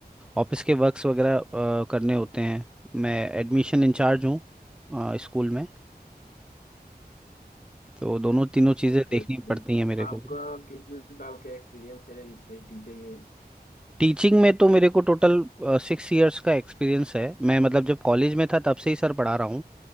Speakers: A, in the centre; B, on the left.
A: ऑफिस के वर्क्स वगैरह अ, करने होते हैं मैं एडमिशन इंचार्ज हूँ अ, स्कूल में तो दोनों तीनों चीज़ें
B: ओके
A: देखनी पड़ती हैं मेरे
B: आपका
A: को
B: कितने साल का एक्सपीरियंस है इस पे टीचिंग में
A: टीचिंग में तो मेरे को टोटल सिक्स इयर्स का एक्सपीरियंस है मैं मतलब जब कॉलेज में था तब से ही सर पढ़ा रहा हूँ